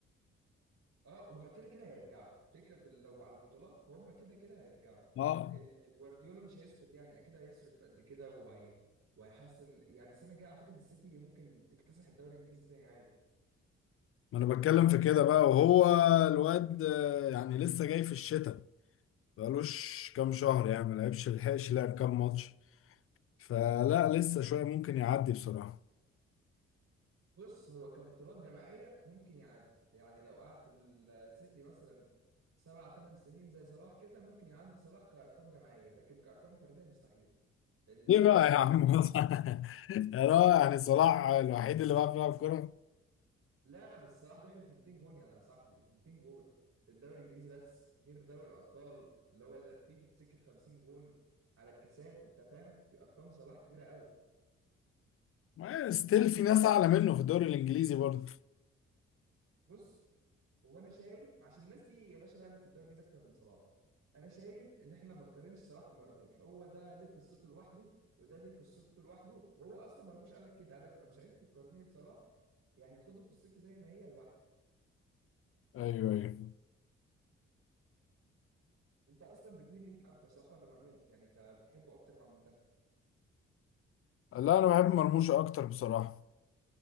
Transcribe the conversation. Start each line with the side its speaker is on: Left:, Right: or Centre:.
Right: اه هما كده كده هيرجعوا الفكره في لو على البطولات هما كده كده هيرجعوا
Left: اه
Right: لان جوارديولا مش هيسكت يعني اكيد هيصرف قد كده وهي وهيحسن يعني السنه الجايه اعتقد السيتي ممكن تكتسح الدوري الانجليزي تاني عادي
Left: ما انا بتكلم في كده بقى وهو الواد آه، يعني لسه جاي في الشتاء بقالوش كام شهر يعني ما لعبش لحقش لعب كام ماتش فلا لسه شوية ممكن يعدي بصراحة
Right: بص هو كبطولات جماعيه ممكن يعدي يعني لو قعد في السيتي مثلا سبع ثمان سنين زي صلاح كده ممكن يعدي صلاح كارقام جماعيه لكن كارقام فرديه مستحيل لان
Left: ليه
Right: صلاح
Left: بقى
Right: انت
Left: يا عم
Right: بتتكلم
Left: <laughs> يا رائع يعني صلاح الوحيد اللي بقى بيلعب كورة
Right: لا بس صلاح داخل في 200 جون يا صاحبي 200 جون في الدوري الانجليزي بس غير دوري الابطال اللي هو ده فيه سكه 50 جون على الكاسات وبتاع فاهم في ارقام صلاح كبيره قوي
Left: ما ستيل في ناس اعلى منه في الدوري الانجليزي برضه
Right: بص هو انا شايف عشان الناس دي يا باشا لعبت في الدوري الانجليزي اكتر من صلاح انا شايف ان احنا ما نقارنش صلاح بمرموش هو ده ليه قصته لوحده وده ليه قصته لوحده وهو اصلا مرموش قال لك كده قال لك انا مش عايزكم تقارنوني بصلاح يعني خدوا قصتي زي ما هي لوحدي
Left: ايوه ايوه
Right: انت اصلا بتميل لمين اكتر صلاح ولا مرموش يعني ك- بتحبه اكتر مع المنتخب
Left: لا انا بحب مرموش اكتر بصراحة